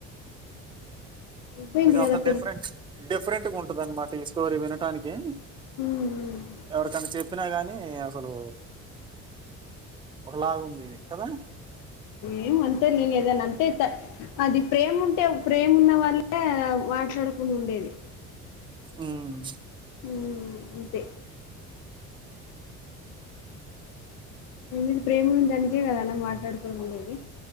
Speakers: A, on the left; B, on the right.
A: అయిపోయింది
B: ఇద అంత
A: కదా
B: డిఫరెంట్ డిఫరెంట్ ఉంటద అన్నమాట ఈ స్టోరీ వినటానికి
A: పిల్లలు
B: ఎవరికన్నా చెప్పినా గానీ అసలు ఒకలాగు ఉంది కదా
A: ఏం అంతే నేనుదని అంతే అది ప్రేమ ఉంటే ప్రేమ ఉన్న వాళ్ళ మాట్లాడుకు ఉండేది
B: హుమ్
A: హుమ్ అంతే నీ మీద ప్రేమ ఉన్నదానికే కద అన్న మాట్లాడుకోని ఉండేది